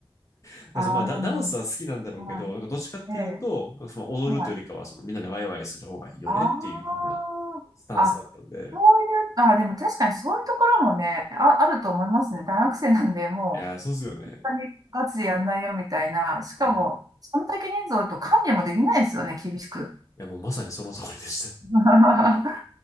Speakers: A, on the left; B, on the right.
A: なんかそのまあダ、
B: ああ、なるほ
A: ダンスは好きなんだろうけど、
B: ど。は
A: なんかどっちかっていうと、
B: い。ええ
A: その踊るというよりかは、
B: はい。
A: そのみんなでワイワイする方がいいよねっていう風な
B: ああ、
A: スタンスだったんで、
B: あ、そういう、あ、でも確かにそういうところもね、あ、あると思いますね。大学生なんで、もう、
A: いやー、そうですよね。
B: 本当にガチでやんないよみたいな。しかも、
A: うん。い
B: そんだけ人数多いと管理もできないですよね、厳しく。
A: や、もうまさにその通りでした。
B: <laughs>